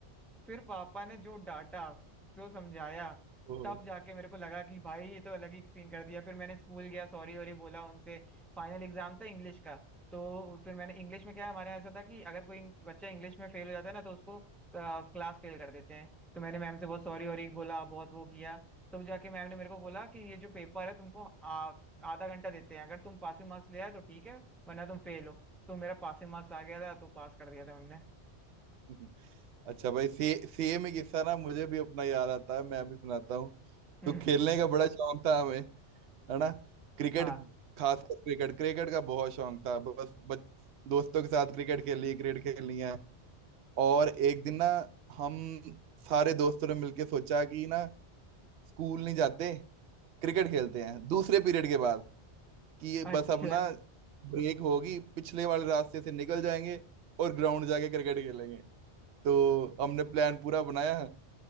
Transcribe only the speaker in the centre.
फिर पापा ने जो डांटा जो समझाया
तब जाके मेरे को लगा कि भाई ये तो अलग ही सीन कर दिया फिर मैंने स्कूल गया सॉरी वॉरी बोला उनसे फाइनल एग्जाम था इंग्लिश का तो फिर मैंने इंग्लिश में क्या है हमारे यहाँ ऐसा था कि अगर कोई बच्चा इंग्लिश में फेल हो जाता है ना तो उसको क्लास फेल कर देते हैं तो मैंने मैम से बहुत सॉरी वॉरी बोला बहुत वो किया तो जाके मैम ने मेरे को बोला कि ये जो पेपर है तुमको आ, आधा घंटा देते हैं अगर तुम पासिंग मार्क्स ले आए तो ठीक है वरना तुम फेल हो तो मेरा पासिंग मार्क्स आ गया था तो पास कर दिया था उनने
हम्म
हाँ
अच्छा